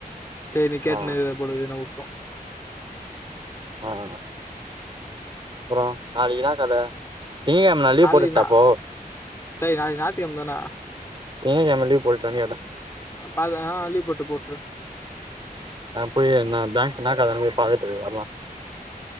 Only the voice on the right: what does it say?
ஆ
ஆஹ் அப்ரோ நாளைக்கு என்ன கத திங்க கெழம நா லீவ்
போட்டுட்டா
அப்போ
திங்க கெழம லீவ் போடடானு கேட்ட
போய் நா பேங்க் என்ன கதனு போய் பாத்துட்டு வரலா